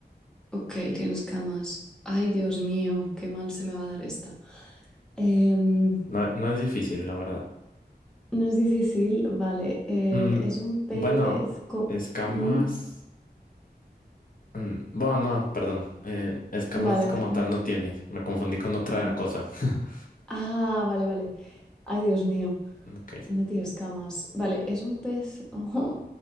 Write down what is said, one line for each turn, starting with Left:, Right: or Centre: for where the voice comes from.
Centre: Ok, tienes camas. Ay, Dios mío, qué mal se me va a dar esta. Em,
Left: no, no es difícil, la verdad.
Centre: no es difícil, vale. Eh,
Left: Mm,
Centre: es un pez.
Left: bueno,
Centre: co-
Left: escamas.
Centre: ¿Mm?
Left: mm, bueno, no, perdón. eh, escamas
Centre: Vale,
Left: como
Centre: va- no
Left: tal
Centre: te-
Left: no tiene. Me confundí con otra
Centre: mm,
Left: cosa. <laughs>
Centre: Ah, vale, vale. Ay, Dios mío.
Left: Ok,
Centre: No tiene escamas. Vale, ¿es un pez? <laughs> Ojo.